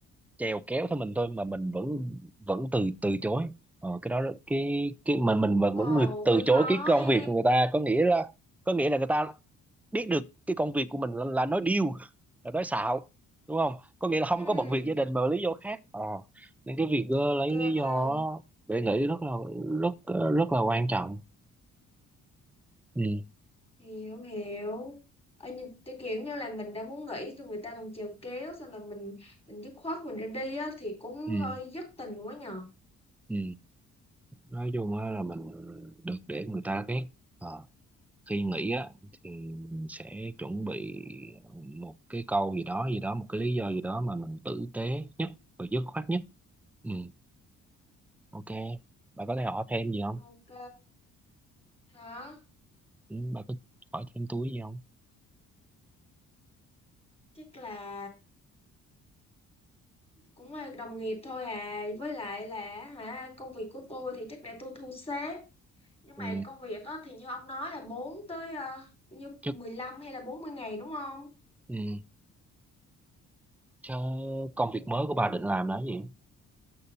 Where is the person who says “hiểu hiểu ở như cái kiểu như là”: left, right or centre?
Left